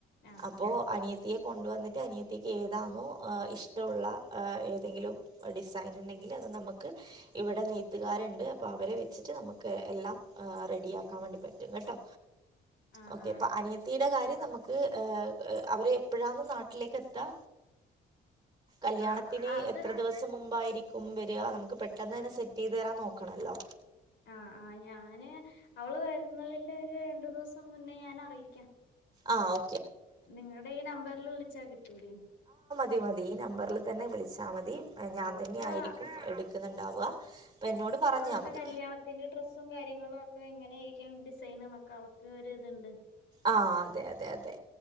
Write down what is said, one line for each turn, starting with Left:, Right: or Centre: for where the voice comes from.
Left: ആഹ്
Right: അപ്പോ
Left: ആഹ്
Right: അനിയത്തിയെ കൊണ്ടുവന്നിട്ട് അനിയത്തിക്ക് ഏതാണോ ഇഷ്ടള്ള ഏതെങ്കിലും ഡിസൈൻ ണ്ടെങ്കിൽ അത് നമുക്ക് ഇവിടെ നെയ്ത്തുകാരുണ്ട് അപ്പോൾ അവരെ വെച്ചിട്ട് നമുക്ക് എല്ലാം റെഡിയാക്കാൻ വേണ്ടി പറ്റും കേട്ടോ
Left: ആഹ്
Right: ഓക്കെ
Left: ആഹ്
Right: പ്പ അനിയ ഇ കാര്യം നമുക്ക് അവരെ എപ്പോഴാന്ന് നാട്ടിലേക്ക് എത്താ കല്യാണത്തിന്
Left: ആഹ് അത്
Right: എത്ര ദിവസം മുമ്പായി വര നമുക്ക് പെട്ടെന്ന് തന്നെ സെറ്റ് ചെയ്ത് തരാൻ നോക്കണല്ലോ
Left: ആഹ ആഹ ഞാന് അവള് വരുന്നതിന്റെ ഒരു രണ്ടു ദിവസം മുന്നേ ഞാൻ അറിയിക്കാം
Right: ആ ഓ
Left: നിങ്ങളുടെ ഈ നമ്പറിൽ വിളിച്ചാ കിട്ടൂല്ലേ
Right: തി മതി നമ്പറിൽ തന്നെ വിളിച്ചാൽ മതി ഞാൻ
Left: അവക്ക്
Right: തന്നെ ആയിരിക്കും എടുക്കുന്നുണ്ടാവുക അപ്പം എന്നോട് പറഞ്ഞാൽ
Left: അവളടെ
Right: മതി
Left: കല്യാണത്തിന്റെ ഡ്രെസ്സും കാര്യങ്ങളും ഒക്കെ എങ്ങനെരിക്ക സൈനക്കെ അവക്ക് ഒര് ഇതുണ്ട്
Right: ആ അതെ അതെ അതെ